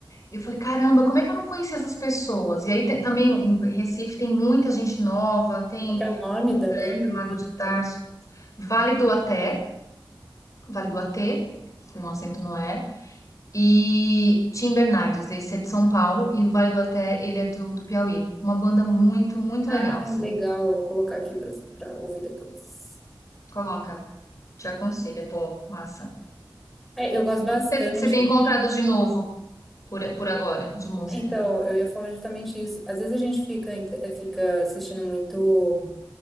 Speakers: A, on the left; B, in the centre.
A: Eu falei, caramba, como é que eu não conhecia essas pessoas? E aí tem- também em Recife tem muita gente nova, tem
B: Qual que é o nome
A: do
B: da
A: Trap,
B: banda? Deixa
A: Mago de Tarso,
B: eu ver.
A: Vale do Até, Vale do Atê, se o acento não é, e Tim Bernardes, esse é de São Paulo, e o Vale do Até, ele é do, do Piauí. Uma banda muito, muito
B: Ah,
A: legal, assim.
B: legal, eu vou colocar aqui para para ouvir depois.
A: Coloca, te aconselho, é bom, massa.
B: É, eu gosto
A: E
B: bastante.
A: o que que você tem encontrado de novo por, por agora, de música?
B: Então, eu ia falar justamente isso. Às vezes a gente fica, ent- eh, fica assistindo muito